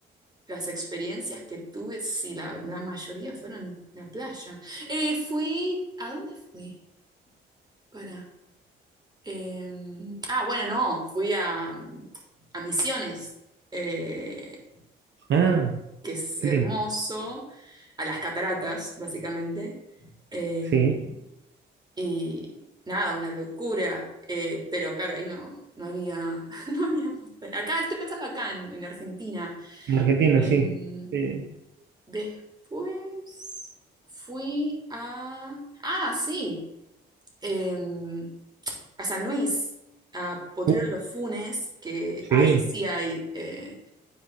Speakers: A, on the right; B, on the right.
A: las experiencias que tuve, sí, la, la mayoría fueron la playa. Eh, fui, ¿a dónde fui? Para. Em, ah, bueno, no, fui a, a Misiones, eh,
B: Ah,
A: que es
B: qué
A: hermoso,
B: lindo.
A: a las cataratas, básicamente. Em,
B: Sí.
A: y nada, una locura. eh, pero claro, ahí no, no había, <laughs> no había montaña. Acá, estoy pensando acá en, en Argentina.
B: En Argentina,
A: Em,
B: sí. Eh,
A: después fui a... Ah, sí. em, a San Luis, a Potrero
B: uh,
A: de los Funes, que
B: sí,
A: ahí sí hay eh,